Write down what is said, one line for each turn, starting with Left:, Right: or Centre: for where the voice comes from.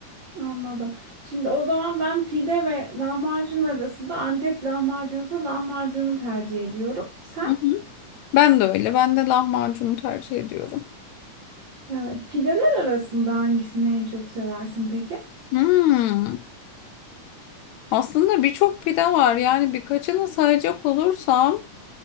Right: anladım. Şimdi o zaman ben pide ve lahmacun arasında Antep lahmacunsa lahmacunu tercih ediyorum. Sen?
Left: Hı hı. Ben de öyle. Ben de lahmacunu tercih ediyorum.
Right: Evet. Pideler arasında hangisini en çok seversin peki?
Left: Hmm. Aslında birçok pide var. Yani birkaçını sayacak olursam